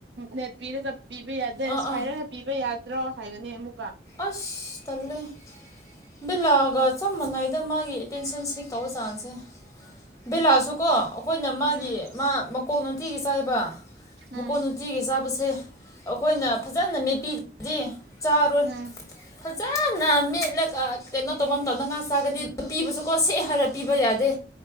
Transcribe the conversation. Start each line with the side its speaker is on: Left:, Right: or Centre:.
Right: ꯅꯦꯠ ꯄꯤꯔꯒ ꯄꯤꯕ ꯌꯥꯗꯦ
Left: ꯑꯥ
Right: ꯁ ꯍꯥꯏꯔꯒ
Left: ꯑꯥ
Right: ꯄꯤꯕ ꯌꯥꯗ꯭ꯔꯣ ꯍꯥꯏꯒꯅꯤ ꯑꯃꯨꯛ
Left: ꯑꯁ ꯇꯦ ꯕꯤꯂꯥꯒ ꯆꯞ ꯃꯥꯟꯅꯩꯗ ꯃꯥꯒꯤ ꯑꯦꯇꯦꯟꯁꯟ ꯁꯤ ꯇꯧꯕ ꯆꯥꯡꯁꯦ ꯕꯤꯦꯂꯥꯁꯨ ꯀꯣ ꯑꯩꯈꯣꯏꯅ ꯃꯥꯒꯤ
Right: ꯎꯝ
Left: ꯃꯥ ꯃꯀꯣꯛ ꯅꯨꯡꯇꯤꯒꯤ ꯆꯥꯏꯕ
Right: ꯎꯝ
Left: ꯃꯀꯣꯟ ꯅꯨꯡꯇꯤꯒꯤ ꯆꯥꯕꯁꯦ ꯑꯩꯈꯣꯏꯅ ꯐꯖꯅ ꯃꯦꯠꯄꯤꯗꯗꯤ ꯆꯥꯔꯣꯏ
Right: ꯎꯝ
Left: ꯐꯖꯅ ꯃꯦꯠꯂꯒ ꯀꯩꯅꯣ ꯇꯧꯕ ꯑꯇꯗꯪ ꯉꯥ ꯆꯥꯒꯗꯤ ꯄꯤꯕꯁꯨ ꯀꯁꯦ ꯍꯥꯔꯞꯄꯤꯕꯖꯥꯗ